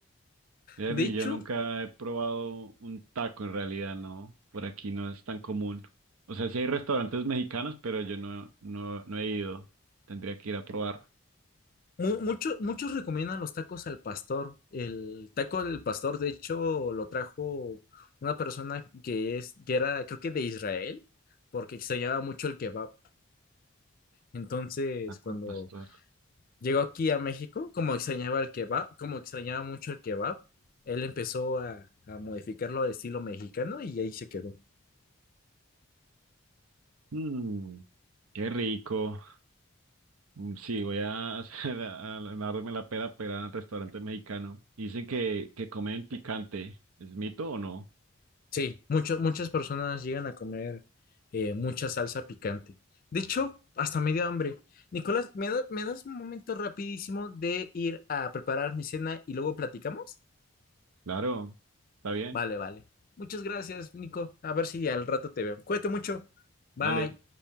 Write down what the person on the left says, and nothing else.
De hecho,
mu- mucho- muchos recomiendan los tacos al pastor. El taco del pastor, de hecho, lo trajo una persona que es, que era, creo que de Israel, porque extrañaba mucho el kebab. Entonces,
cuando
llegó aquí a México, como extrañaba el kebab, como extrañaba mucho el kebab, él empezó a, a modificarlo al estilo mexicano y ahí se quedó.
Sí, mucho- muchas personas llegan a comer eh, mucha salsa picante. De hecho, hasta me dio hambre. Nicolás, ¿me da- me das un momento rapidísimo de ir a preparar mi cena y luego platicamos?
Vale, vale. Muchas gracias, Nico. A ver si al rato te veo. Cuídate mucho. Bye.